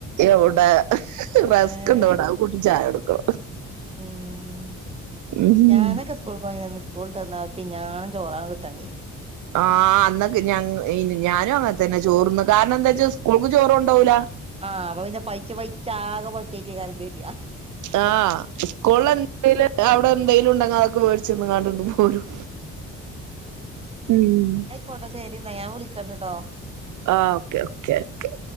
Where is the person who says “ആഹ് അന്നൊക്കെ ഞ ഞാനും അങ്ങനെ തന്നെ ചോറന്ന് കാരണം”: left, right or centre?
Right